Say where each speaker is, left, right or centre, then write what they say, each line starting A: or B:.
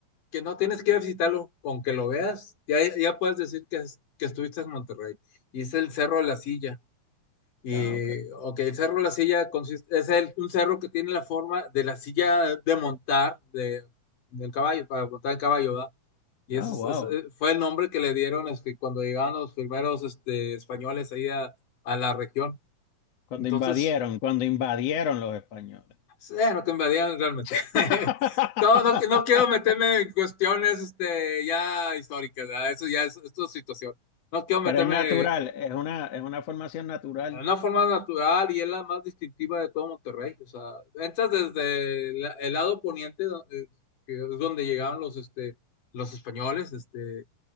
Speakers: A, on the left; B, on the left.
A: que no tienes que visitarlo, con que lo veas, ya, ya puedes decir que, es- que estuviste en Monterrey. Y es el Cerro de la Silla. Y,
B: Ah, ok.
A: ok, el Cerro de la Silla consiste, es el- un cerro que tiene la forma de la silla de montar, de, del caballo, para montar el caballo, ¿verdad? Y
B: Ah,
A: ese, es-
B: wow.
A: ese eh, fue el nombre que le dieron este, cuando llegaban los primeros este, españoles ahí a, a la región.
B: Cuando
A: Entonces...
B: invadieron, cuando invadieron los españoles.
A: Bueno, cambiarían realmente.
B: <laughs>
A: <laughs> No, no, no quiero meterme en cuestiones este, ya históricas, ¿verdad? Eso ya es, es tu situación. No quiero meterme
B: Pero es natural,
A: en
B: es una, es una formación natural,
A: una forma natural y es la más distintiva de todo Monterrey. O sea, entras desde la- el lado poniente, do- eh, que es donde llegaron los, este, los españoles, este,